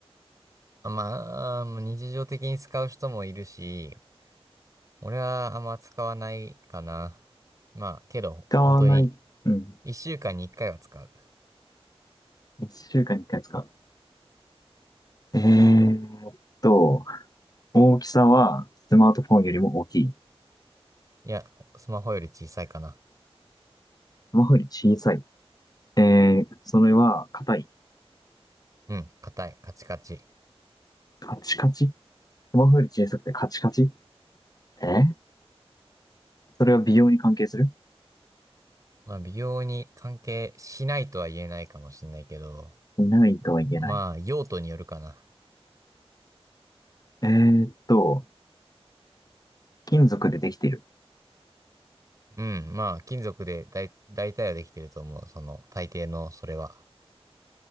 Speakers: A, on the right; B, on the left.
A: あまあ、日常的に使う人もいるし、俺はあんま使わないかな。まあ、けど、
B: 使わない。
A: 本当に、
B: うん。
A: 一週間に一回は使う。
B: 一週間に一回使う。えーっと、大きさはスマートフォンよりも大きい。
A: いや、スマホより小さいかな。
B: スマホより小さい。えー、それは硬い
A: うん、硬い、カチカチ。
B: カチカチスマホより小さくてカチカチえそれは美容に関係する
A: まあ、美容に関係しないとは言えないかもしれないけど、
B: ないとは言えない。
A: まあ、用途によるかな。
B: えーっと、金属でできている。
A: うん、まあ、金属で大、大体はできてると思う。その、大抵の、それは。